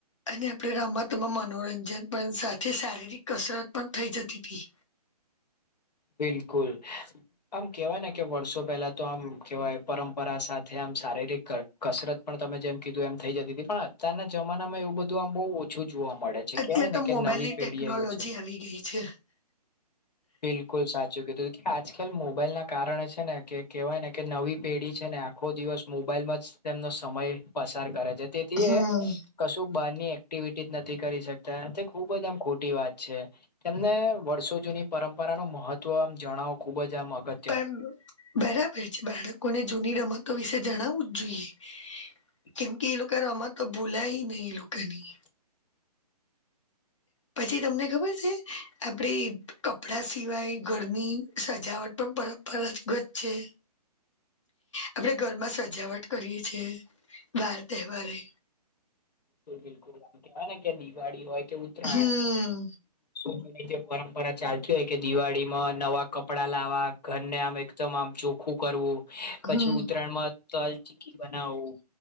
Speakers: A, on the left; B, on the left.
A: અને આપણે રમતમાં મનોરંજન પણ સાથે શારીરિક કસરત પણ થઈ જતી હતી.
B: બિલકુલ આમ કેહેવાય ને કે વર્ષો પહેલા તો આમ કેવાય પરંપરા સાથે, આમ શારીરિક કસરત પણ તમે જેમ કીધું એમ થઈ જતી તી, પણ અતારના જમાનામાં એવું બધું આમ બોવ ઓછું જોવા મળે છે,
A: અત્યારે
B: કેવાય
A: તો
B: ને કે
A: મોબાઈલની
B: નવી પેઢી
A: ટેકનોલોજી
B: આવી છે.
A: ગઈ છે
B: બિલ બિલકુલ સાચું કીધું કે આજકાલ મોબાઈલ ના કારણે છે ને કે કહેવાય ને કે નવી પેઢી છે ને આખો દિવસ મોબાઈલમાં જ તેમનો સમય પસાર કરે છે. તેથી
A: હમ
B: એ કશું બહારની એક્ટિવિટી નથી કરી શકતા. તે ખુબ જ આમ ખોટી વાત છે. તેમને વર્ષો જૂની પરંપરા નું મહત્વ આમ જણાવો ખુબ જ આમ અગત્
A: પણ બરાબર છે. બાળકોને જૂની રમતો વિશે જણાવવું જ જોઈએ. કેમ કે એ લોકો રમતો ભૂલાય નહી, એ લોકોની પછી તમને ખબર છે? આપડે કપડા સિવાય ઘરની સજાવટ પણ પરપરાંપરાગત છે. આપડે ઘરમાં સજાવટ કરીએ છીએ. બાર તહેવારે.
B: બિલકુલ બિલકુલ આમ કેવાય ને કે દિવાળી હોય કે ઉત્તરાયણ
A: હમ
B: હોય <unintelligible> પરંપરા ચાલતી હોય કે દિવાળી માં નવા કપડા લાવવા, ઘરને આમ એકદમ આમ ચોખ્ખું કરવું. પછી
A: હમ
B: ઉત્તરાયણ માં તલ ચીકી બનાવું.